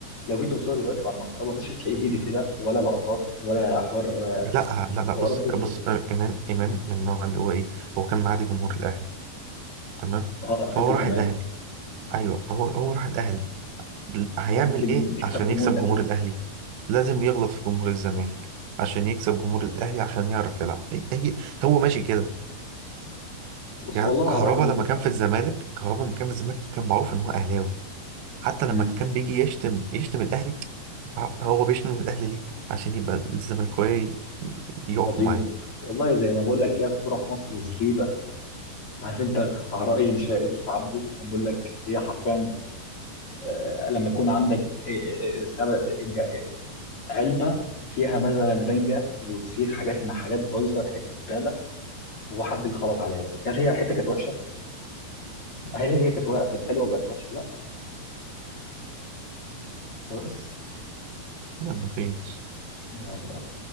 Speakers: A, on the left; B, on the right.
A: لو جيت تبص لها دلوقتي بعد ما الكهرباء مشيت تلاقيه هيدي كده ولا لقطات ولا حوار
B: لا لا لا
A: حوارات
B: بص
A: دي
B: بص
A: هيدي
B: آه، امام امام من النوع اللي هو ايه هو كان معادي جمهور الاهلي تمام
A: اه لما
B: فهو
A: كان في الزمالك
B: راح الاهلي ايوه هو هو
A: آه.
B: راح الاهلي ل- هيعمل
A: خلاص عادي جم-
B: ايه
A: نكسب
B: عشان
A: جمهور
B: يكسب
A: الاهلي
B: جمهور
A: بقى
B: الاهلي لازم يغلط في جمهور الزمالك عشان يكسب جمهور الاهلي عشان يعرف يلعب هي هي- هو ماشي كده
A: بص
B: يعني
A: والله
B: كهربا
A: على الراي ال-
B: لما كان
A: آه.
B: في الزمالك كهربا لما كان في الزمالك كان معروف ان هو اهلاوي حتى
A: مم.
B: لما كان بيجي يشتم يشتم الاهلي هو بيشتم الاهلي ليه عشان يبقى الزملكاويه يقفوا
A: راضيين
B: معاه
A: والله زي ما بقول لك هي الكوره في مصر زريبه عارف انت على راي مش الوسط عبده كان بيقول لك هي حرفيا آه، لما يكون عندك آه، آه، سبب- آه، علبه فيها مثلا رنجه وفسيخ حاجات مع حاجات بايظه ريحتها زباله وحد يخبط عليها بس هل هي الحته كانت وحشه؟ هل هي كانت وقت- كانت حلوه وبقت وحشه؟ لا بس
B: يلا مفيش
A: يلا